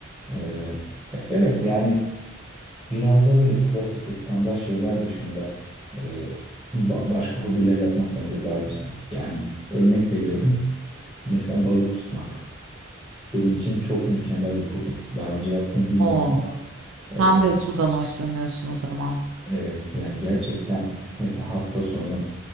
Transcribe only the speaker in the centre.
Ee, ya evet yani Biraz da böyle klasik ve standart şeyler dışında e, ba- başka hobiler yapmak bence daha güzel. Yani örnek veriyorum. Mesela balık tutmak. Benim için çok mükemmel bir hobi. Daha önce yaptım bilmiyorum
ama
e,
evet yani gerçekten mesela hafta sonu